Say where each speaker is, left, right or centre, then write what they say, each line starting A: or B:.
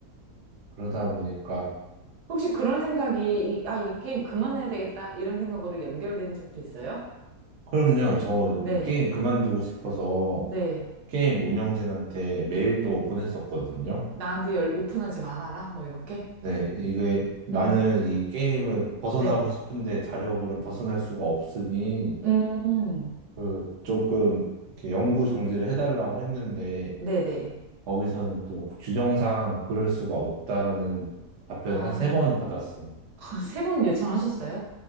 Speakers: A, on the right; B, on the right.
A: 그러다 보니까
B: 혹시 그런 생각이, 이, 아, 이 게임 그만해야 되겠다. 이런 생각으로 연결된 적도 있어요?
A: 그럼요 저이
B: 네,
A: 게임 그만두고 싶어서
B: 네.
A: 게임 운영진한테 메일도 보냈었거든요.
B: 나한테 열, 오픈하지 말아라. 뭐, 이렇게.
A: 네, 이게 나는
B: 음,
A: 이 게임을 벗어나고
B: 네.
A: 싶은데 자력으로는 벗어날 수가 없으니
B: 음,
A: 그 조금 이렇게 영구 정지를 해달라고 했는데
B: 네네.
A: 거기서는 또 규정상 그럴 수가 없다는 답변을
B: 아,
A: 한 세 번 받았어요.
B: <laughs> 세 번 요청하셨어요?